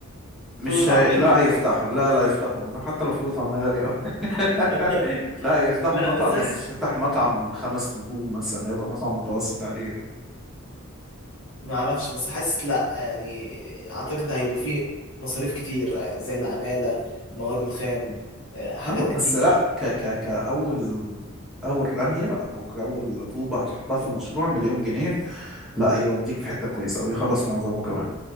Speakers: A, in the centre; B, on the left.
A: مش
B: فول وطعميه
A: هي... لا هيفتحوا لا لا يفتحوا حتى لو فلوس طعمها غالي أوي <laughs>
B: <laughs>
A: لا يفتحوا
B: لا
A: مطعم
B: بس انا
A: بس
B: حاسس
A: مش يفتح مطعم خمس نجوم مثلا هيبقى مطعم متوسط عادي جدا
B: ما اعرفش بس حاسس لا يعني اعتقد هيبقى فيه مصاريف كتير آه، زي العمالة المواد الخام آه، حاجات
A: اه
B: كتير
A: بس لا ك ك كأول أول رمية أو كأول طوبة هتحطها في المشروع مليون جنيه لا يوديك في حتة كويسة ويخلص معظمه كمان